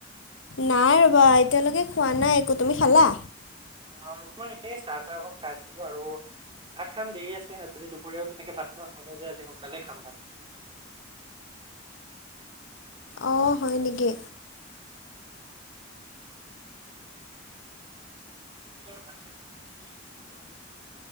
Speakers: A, on the left; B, on the right.
A: নাই ৰ'বা, এতিয়ালৈকে খোৱা নাই একো, তুমি খালা?
B: অ', মই এই, চাহ তাহ অকন খাইছিলো আৰু ভাত খাম দেৰি আছে, আজি দুপৰীয়াও তেনেকে ভাত খাৱা হোৱা নাই যে আজি সোনকালে খাম ভাত।
A: অ', হয় নেকি?
B: ম ভাত চাত <unintelligible>